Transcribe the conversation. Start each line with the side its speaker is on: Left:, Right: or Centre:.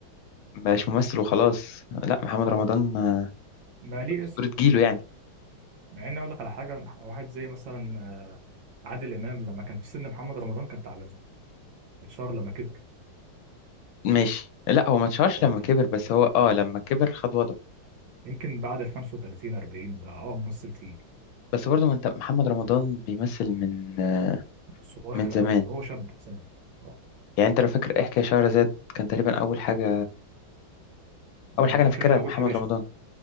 Left: مبقاش ممثل وخلاص لا محمد
Right: اه
Left: رمضان آه،
Right: ما ليه
Left: اسطوره
Right: اسم
Left: جيله يعني
Right: مع إن أقول لك على حاجة مح- واحد زي مثلا آه، عادل إمام لما كان في سن محمد رمضان كان تعبان اتشهر لما كبر
Left: ماشي لا هو ما اتشهرش
Right: ودي
Left: لما كبر بس هو اه لما كبر خد وضعه
Right: يمكن بعد ال 35 40 بقى اه ممثل تقيل
Left: بس برضو ما انت محمد رمضان بيمثل من آه،
Right: صغير
Left: من زمان
Right: قوي هو شاب في ثانوي اه
Left: يعني انت لو فاكر احكي يا شهرزاد كان تقريبا اول حاجه اول
Right: لا أنا
Left: حاجه
Right: فاكر
Left: انا فاكرها
Right: من أول
Left: لمحمد
Right: حبيشة
Left: رمضان